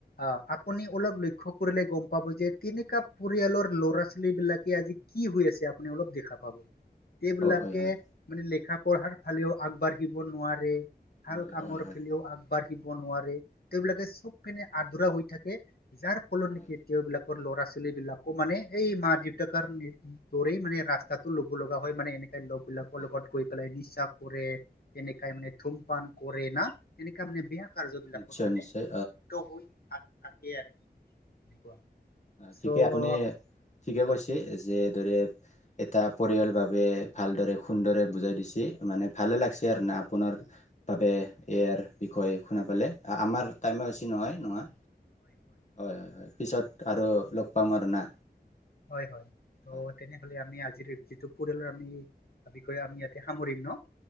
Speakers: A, on the left; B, on the left.
A: অ' আপুনি অলপ লক্ষ্য কৰিলে গম পাব যে তেনেককাা পৰিয়ালৰ ল'ৰা ছোৱালী বিলাকে আজি কি হৈ, আছে আপুনি অলপ দেখা পাব। এইবিলাকে
B: অ হয় হয়
A: মানে লেখা পঢ়াৰ ফালেও আগবাঢ়িব নোৱাৰে। ভাল
B: নোৱাৰে
A: কামৰ
B: হয় হয়
A: ফিলিও আগবাঢ়। দিব নোৱাৰে তেওঁবলাকে চব পিনে আধুৰা হৈ থাকে যাৰ ফলত
B: হয়
A: নেকি তেওঁবলাক। ল'ৰা ছোৱালী বিলাকো মানে এই মা দেউতাক দৰেই মানে ৰাস্তাটো ল'ব লগা হয় মানে এনে। লগ বিলাকৰ
B: হয় হয়
A: লগত গৈ পেলাই নিচা কৰে এনেকাই মানে ধুমপান কৰে না। এনেককা মানে বেয়া কাৰ্য্যবলাকত
B: নিশ্চয়
A: মানে
B: নিশ্চয়
A: লু্ত হৈ থাকে আৰু, এনেকুৱা
B: অ'অ'ঠিকে
A: চ'
B: আপুনি ঠিকে কৈছে যে। দৰে এটা পৰিয়াল বাবে ভালদৰে সুন্দৰে বুজাই দিছে মানে। ভালে লাগিছে
A: হয়
B: আৰু
A: হয়
B: না, আপোনাৰ বাবে ইয়াৰ বিষয়ে শুন পালে আমাৰ। টাইমে বেছি নহয় নহয় হয় হয় হয় পিছত আৰু লগ পাম আৰু না,
A: হয় হয় ত'
B: হয়
A: তেনেহলে আমি আজিৰ। যিটো পৰিয়ালৰ আমি বিষয়ে আমি ইয়াতে সামৰিম ন?